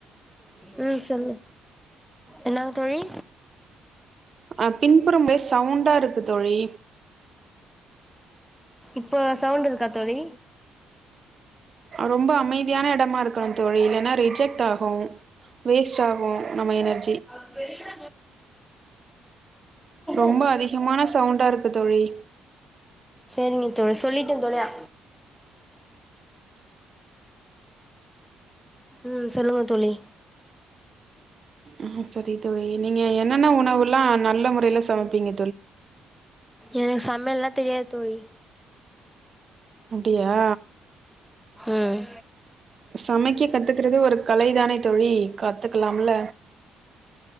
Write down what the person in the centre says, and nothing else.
உம் சொல்லு என்னங்க தோழி
இப்போ சவுண்ட் இருக்கா தோழி
அமைதியா‌
இருங்க
செரிங்க தோழி சொல்லிட்டே தோழி ஆ உம் சொல்லுங்க தோழி
எனக்கு சமையல்ல தெரியாது தோழி
ம்